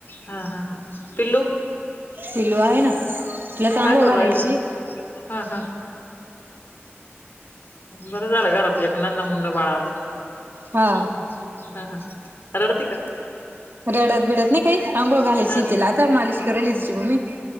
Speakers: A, on the left; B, on the right.
A: हा. हा, हा. पिल्लू --
B: पिल्लु आहे ना. तिलाच आंघोळ
A: काय करू
B: घालायची.
A: राहिलं हा हा बरं झालं. घरात एक नन्हं मुनं बाळ आलं.
B: हा
A: हम् हम्म हा. हा. रडती का?
B: रडत बिडत नाही काही. अंघोळ घालायची
A: हा
B: तिला आता मालिश करायली तिची मम्मी.